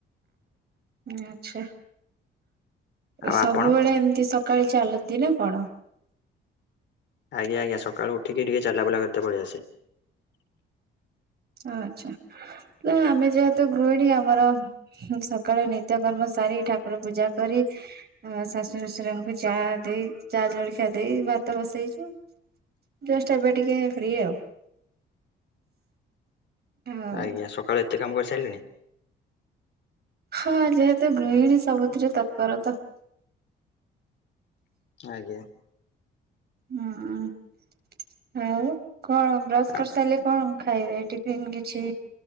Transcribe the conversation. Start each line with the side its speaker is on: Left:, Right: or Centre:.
Right: ଆଛା
Left: ଆଉ
Right: ସବୁବେଳେ
Left: ଆପଣ?
Right: ଏମିତି ସ ସକାଳେ ଚାଲନ୍ତି ନା କଣ?
Left: ଆଜ୍ଞା ଆଜ୍ଞା ସକାଳୁ ଉଠିକିି ଟିକେ ଚାଲା ବୁଲା କରିତେ ପଳିଆସେ।
Right: ଆଚ୍ଛା, ହେ ଆମେ ଯେହେତୁ ଗୃହିଣୀ ଆମର ସକାଳେ ନିତ୍ୟକର୍ମ ସାରି, ଠାକୁର ପୂଜା କରି ଆଉ ଶାଶୁର ଶଶୁରଙ୍କୁ ଚା ଦେଇ ଚା ଜଳଖିଆ ଦେଇ ଭାତ ବସେଇଛୁ। ଜଷ୍ଟ ଏବେ ଟିକେ ଫ୍ରି ଆଉ। ଆଉ
Left: ଆଜ୍ଞା, ସକାଳୁ ଏତେ କାମ କରିସାରିଲେଣି।
Right: ହଁ ଯେହେତୁ ଗୃହିଣୀ ସବୁଥିରେ ତତ୍ପର ତ।
Left: ଆଜ୍ଞା।
Right: ହୁଁ ଆଉ କଣ ବ୍ରସ୍
Left: ଆ-
Right: କରିସାରିଲେ କଣ ଖାଇବେ ଟିଫିନ୍ କିଛି?